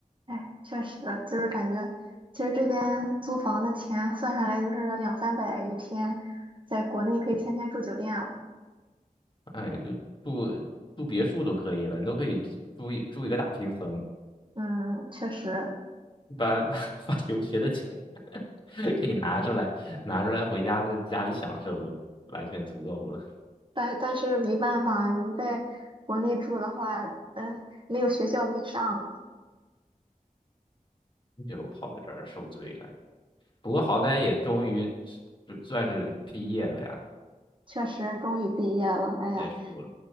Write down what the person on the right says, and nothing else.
哎，确实，就是感觉，其实这边租房的钱算下来就是两三百一天，在国内可以天天住酒店了。
嗯，确实，
但是但是没办法，你在国内住的话，嗯，没有学校给你上。
哎
确实，终于毕业了。哎呀，